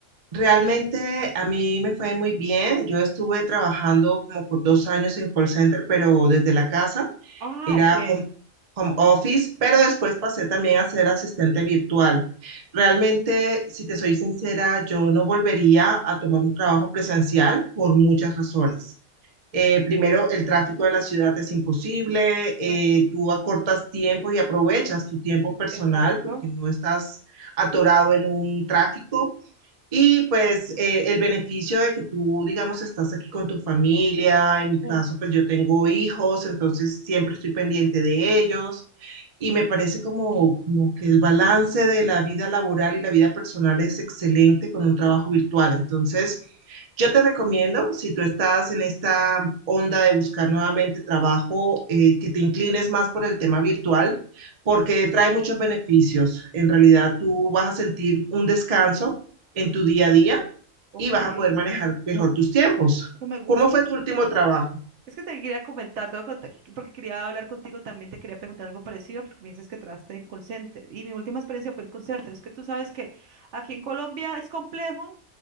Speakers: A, on the right; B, on the right.
A: realmente a mí me fue muy bien. Yo estuve trabajando como por dos años en call center, pero desde la casa.
B: Ah,
A: Era
B: ok.
A: home, home office, pero después pasé también a ser asistente virtual. Realmente, si te soy sincera, yo no volvería a tomar un trabajo presencial por muchas razones. Eh, primero, el tráfico de la ciudad es imposible,
B: Exacto.
A: eh, tú acortas tiempo y aprovechas tu tiempo personal
B: Exacto.
A: porque no estás atorado en un tráfico. Y pues eh, el beneficio de que tú, digamos, estás aquí con tu familia, en mi
B: Uf,
A: caso, pues yo tengo hijos, entonces siempre estoy pendiente de ellos. Y me parece como, como que el balance de la vida laboral y la vida personal es excelente con un trabajo virtual. Entonces, yo te recomiendo, si tú estás en esta onda de buscar nuevamente trabajo, eh, que te inclines más por el tema virtual, porque trae muchos beneficios. En realidad, tú vas a sentir un descanso en tu día a día
B: ok.
A: y vas a poder manejar mejor tus tiempos.
B: Eso me gusta.
A: ¿Cómo fue tu último trabajo?
B: Es que te quería comentar, te voy a contar, porque quería hablar contigo también, te quería preguntar algo parecido, porque me dices que trabajaste en call center. Y mi última experiencia fue el call center. Es que tú sabes que aquí en Colombia es complejo,